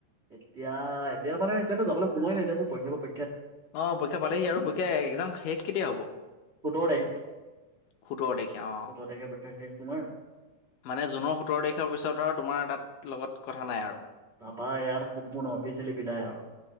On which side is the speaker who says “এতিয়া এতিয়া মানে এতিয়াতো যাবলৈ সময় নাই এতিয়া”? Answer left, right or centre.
Right